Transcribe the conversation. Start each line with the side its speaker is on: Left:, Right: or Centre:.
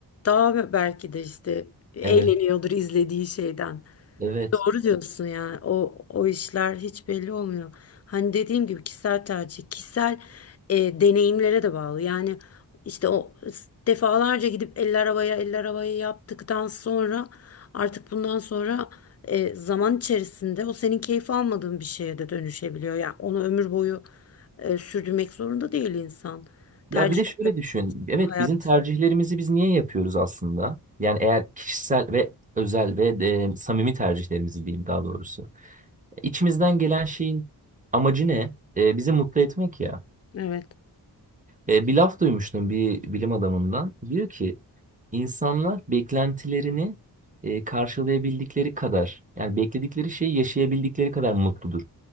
Left: daha belki de işte eğleniyordur
Right: Evet,
Left: izlediği şeyden.
Right: evet.
Left: Doğru diyorsun yani o o işler hiç belli olmuyor. Hani dediğim gibi kişisel tercih, kişisel e, deneyimlere de bağlı. Yani işte o s- defalarca gidip eller havaya eller havaya yaptıktan sonra artık bundan sonra e, zaman içerisinde o senin keyif almadığın bir şeye de dönüşebiliyor. Yani onu ömür boyu e, sürdürmek zorunda değil insan.
Right: Ya
Left: Tercih
Right: bir de şöyle düşün. Evet
Left: hayat.
Right: bizim tercihlerimizi biz niye yapıyoruz aslında? Yani eğer kişisel ve özel ve e, samimi tercihlerimizi diyeyim daha doğrusu. İçimizden gelen şeyin amacı ne? E, bizi mutlu etmek ya.
Left: Evet.
Right: E, bir laf duymuştum bir bilim adamından. Diyor ki insanlar beklentilerini e, karşılayabildikleri kadar yani bekledikleri şeyi yaşayabildikleri kadar mutludur